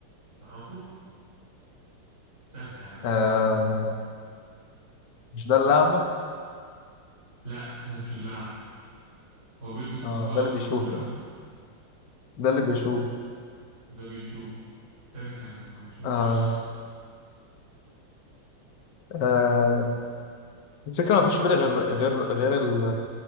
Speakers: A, on the right; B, on the left.
A: تعرفه؟ سهلة يعني شوية
B: آه، مش ده اللي اعمى
A: لا ده مش الأعمى هو بيلبس
B: اه
A: نضارة
B: ده اللي
A: بس
B: بيشوف
A: مش أعمى
B: ده ده اللي بيشوف
A: ده بيشوف التاني كان ما بيشوفش
B: آه آه الفكره ما فيش في بالي غير غير غير ال...